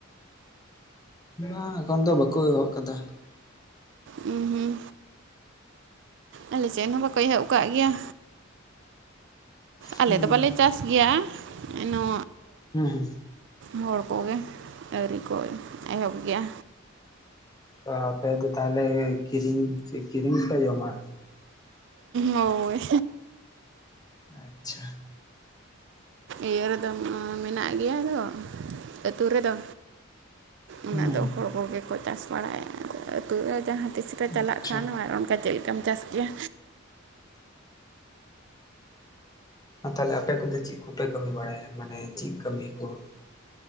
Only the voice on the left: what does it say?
ᱵᱟᱝ ᱮᱠᱷᱚᱱ ᱫᱚ ᱵᱟᱠᱚ ᱮᱦᱚᱵ ᱟᱠᱟᱫᱟ᱾
ᱦᱮᱸ
ᱦᱮᱸ ᱦᱮᱸ
ᱛᱚ ᱟᱯᱮ ᱫᱚ ᱛᱟᱦᱚᱞᱮ ᱠᱤᱨᱤᱧ ᱠᱤᱨᱤᱧᱯᱮ ᱡᱚᱢᱟ?
ᱟᱪᱪᱷᱟ
ᱦᱩᱸ ᱦᱩᱸ
ᱟᱪᱪᱷᱟ
ᱛᱟᱦᱞᱮ ᱟᱯᱮ ᱠᱚᱫᱚ ᱪᱮᱫ ᱠᱚᱯᱮ ᱠᱟᱹᱢᱤ ᱵᱟᱲᱟᱭᱟ ᱢᱟᱱᱮ ᱪᱮᱫ ᱠᱟᱹᱢᱤ ᱠᱚ?